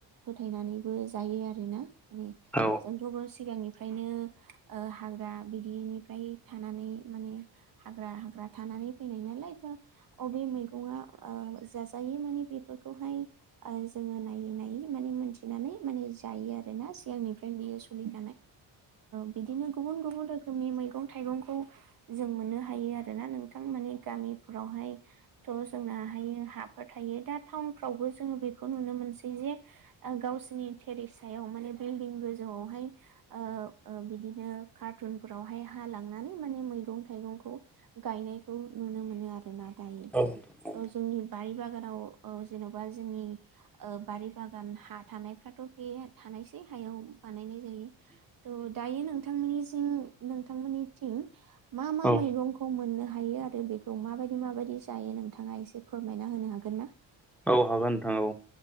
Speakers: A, on the right; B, in the centre.
A: फोथायनानैबो जायो आरोना माने
B: औ
A: जोंथ'बो सिगांनि फ्रायनो ओ हाग्रा बिदिनिफ्राय थानानै माने हाग्रा हाग्रा थानानै फैनाय नालायथ' अबे मैगङा ओ जाजायो माने बेफोरखौहाय ओ जोङो नायै नायै माने मोनथिनानै माने जायो आरो ना सिगांनिफ्रायनो बियो सोलि <unintelligible> ओ बिदिनो गुबन गुबन रोखोमनि मैंगं थाइगंखौ जों मोननो हायो आरोना नोंथां मानि गामि फोरावहाय थ' जोंनाहायो हाफोर थायो दा टाउनफ्रावबो जोङो बेखौ नुनो मोन जे गावसिरनि थेरेसायाव माने बिलडिं गोजौआवहाय ओ बिदिनो कारटुनफोरावहाय हा लांनानै माने मैगं थाइगंखौ गायनायखौ नुनो मोनो आरो ना दायो।
B: औ
A: औ जोंनि बारि बागानाव औ जेनेबा जोंनि ओ बारि बागान हा थानायफ्राथ' बे थानायसै हायाव बानायनाय थ' दायो नोंथांनिसिम नोंथांमोननिथिं मा मा
B: औ
A: मैगं खौ मोननो हायो आरो बेखौ माबायदि माबायदि जायो नोंथाङा एसे फोरमायना होनो हागोन ना?
B: औ हागोन नोंथां औ